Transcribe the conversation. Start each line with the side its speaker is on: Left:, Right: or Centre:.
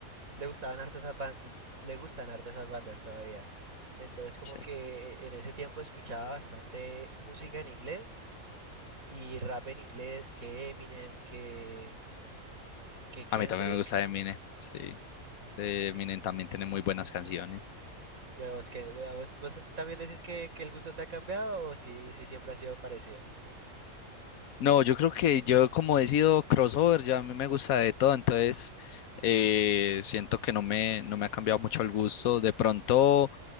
Right: le gustaban harto esas ban- le gustan harto esas bandas todavía. Entonces como
Left: Sí.
Right: que eh, en ese tiempo escuchaba bastante música en inglés y rap en inglés, que Eminem, que, que Kendrick.
Left: A mí también me gusta Eminem, sí. Sí, Eminem también tiene muy buenas canciones.
Right: Ya vos, que, vos, vos también decís que, que el gusto te ha cambiado o si, si siempre ha sido parecido?
Left: No, yo creo que yo como he sido crossover, ya a mí me gusta de todo, entonces eh, siento que no me, no me ha cambiado mucho el gusto. De pronto